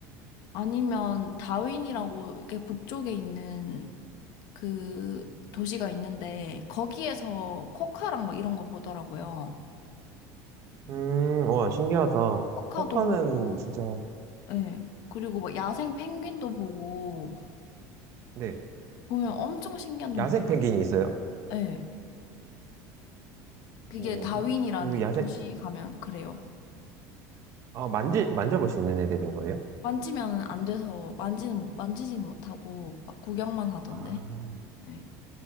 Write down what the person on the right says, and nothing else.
음, 와, 신기하다.
쿼카는
진짜,
네,
야생
펭귄이 있어요?
오,
그, 그 야생,
아, 만지, 만져볼 수 있는 애들인 거예요?
아,